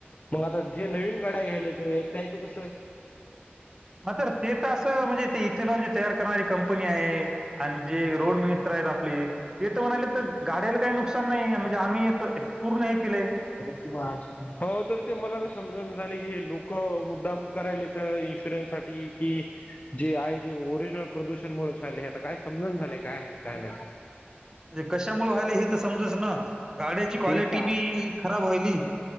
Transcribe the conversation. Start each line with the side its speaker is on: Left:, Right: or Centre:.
Left: मग आता जे नवीन गड्या घ्यायलाेत यच कस.
Right: ह तर ते तर असं म्हणजे ते इथेनॉलची तयार करणारी कंपनी आहे. आणि जे रोड मिनिस्टर आहेत आपली. य तर म्हणाले तर गाड्याला काही नुकसान नाही म्हणजे आम्ही पूर्ण हे केलंय.
Left: हो तर ते मला समज झाले की हे लोक मुद्दा करायले तर इन्शुरन्स. की जे आहे ते ओरिजनल प्रदूषण मु. काय समजण झालेय काय आहे काय नाही ते.
Right: म्हणजे कशामुळे व्हाले हे तर समजच ना गाड्याची क्वालिटी
Left: तेच
Right: बी खराब व्हाली.